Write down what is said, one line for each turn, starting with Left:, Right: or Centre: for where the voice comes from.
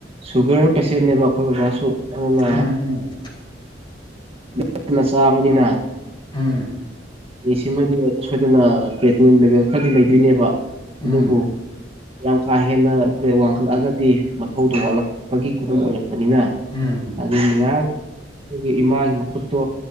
Right: ꯁꯨꯒꯔ ꯄꯦꯁꯦꯟꯅꯦꯕ ꯑꯩꯈꯣꯏ ꯕꯕꯥꯁꯨ ꯑꯗꯨꯅ
Left: ꯎꯝ ꯎꯝ
Right: ꯆꯛꯅ ꯆꯥꯕꯅꯤꯅ
Left: ꯎꯝ
Right: ꯑꯦ ꯁꯤꯃꯗꯤ ꯁꯣꯏꯗꯅ ꯄꯦꯠꯅꯤ ꯂꯦꯚꯦꯜ ꯈꯔꯗꯤ ꯂꯩꯗꯣꯏꯅꯦꯕ
Left: ꯎꯝ
Right: ꯑꯗꯨꯕꯨ ꯌꯥꯝ ꯀꯥ ꯍꯦꯟꯅ ꯀ ꯋꯥꯡꯈꯠꯂꯒꯗꯤ ꯃꯊꯧꯗꯣ ꯋꯥꯠꯂꯛꯄꯒꯤ ꯈꯨꯗꯝ ꯑꯣꯏꯔꯛꯄ ꯅꯤꯅ
Left: ꯎꯝ
Right: ꯑꯗꯨ ꯉꯥꯏꯍꯥꯛ ꯑꯩꯈꯣꯏꯒꯤ ꯏꯃꯥꯒꯤ ꯃꯈꯨꯠꯇꯣ